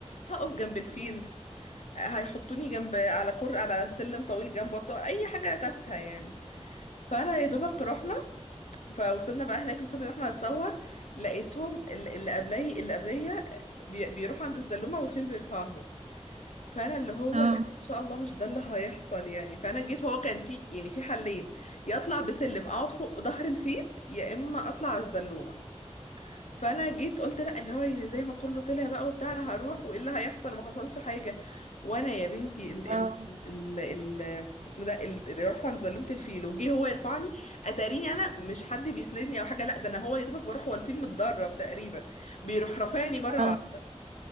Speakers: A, on the left; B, on the right.
A: هقف جنب الفيل هيحطوني جنب على كر على سلم طويل جنبه اتصور اي حاجه تافهه يعني فانا يا دوبك رحنا فوصلنا بقى هناك المفروض ان احنا نتصور لقيتهم ال- اللي قبلي اللي قبليه بي- بيروحوا عند الزلومه والفيل بيرفعهم فانا اللي هو
B: اه
A: لا ان شاء الله مش ده اللي هيحصل يعني فانا جيت هو كان في يعني في حلين يا اطلع بسلم اقعد فوق ظهر الفيل يا اما اطلع على الزلومه فانا جيت قلت لا اللي هو يعني زي ما كله طلع بقى وبتاع انا هروح وايه اللي هيحصل ما حصلش حاجه وانا يا بنتي ال
B: اه
A: ال ال ال اسمه ده ال- اللي رحت عند زلمه الفيل وجه هو يرفعني اتاريني انا مش حد بيسندني او حاجه لا ده انا هو يا دوبك بروح هو الفيل متدرب تقريبا بيروح رفعني مره
B: اه
A: واحده